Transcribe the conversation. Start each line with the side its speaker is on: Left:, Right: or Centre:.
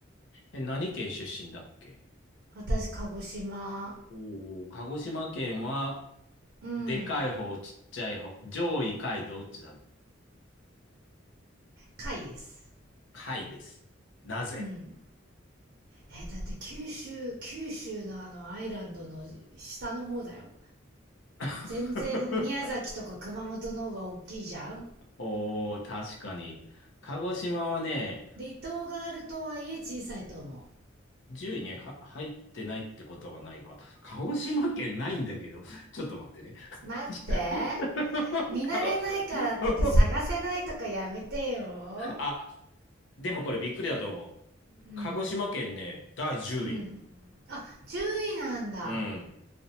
Left: え、何県出身だっけ
Right: 私、鹿児島。
Left: おー、鹿児島県は、
Right: うん。
Left: でかい方、ちっちゃい方、上位、下位、どっちだろう。
Right: 貝です。
Left: 下位です。なぜ
Right: うん。えー、だって九州、九州のあのアイランドの下の方だよ。
Left: <laughs>
Right: 全然宮崎とか熊本の方が大きいじゃん。
Left: おー、確かに。鹿児島はね、
Right: 離離島があるとはいえ小さいと思
Left: 10位には入ってないってことはないか。鹿児島県ないんだけど、ちょっと待ってね。
Right: う。待って。
Left: <laughs>
Right: 見慣れないからって言って探せないとかやめてよ。
Left: あ、でもこれびっくりだと思う。
Right: うん。
Left: 鹿児島県ね、第10位。
Right: うん。あ、注意なんだ。
Left: うん。